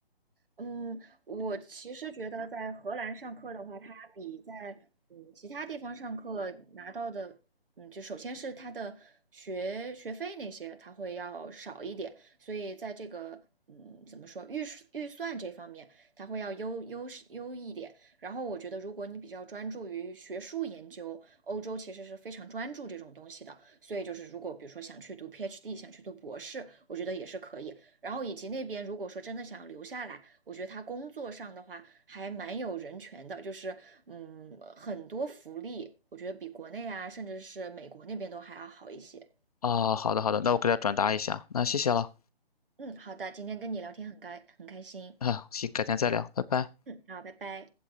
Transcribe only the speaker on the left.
啊，好的好的，那我给他转达一下，那谢谢了，
啊，行，改天再聊，拜拜。